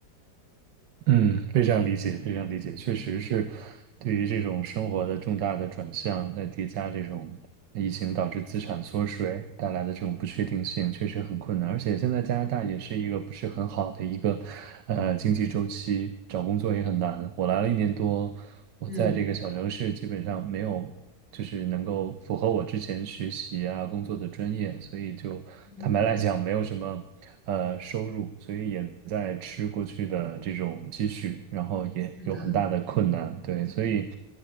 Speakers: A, on the right; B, in the centre.
A: 嗯，非常理解，非常理解，确实是对于这种生活的重大的转向，在叠加这种疫情导致资产缩水带来的这种不确定性，确实很困难。而且现在加拿大也是一个不是很好的一个呃经济周期，找工作也很难。我来了一年多，我在这个小城市基本上没有。
B: 嗯
A: 就是能够符合我之前学习啊、工作的专业，所以就坦白来讲，
B: 嗯，
A: 没有什么呃收入，所以也在吃过去的这种积蓄，然后也有很大的困难，
B: 是的。
A: 对，所以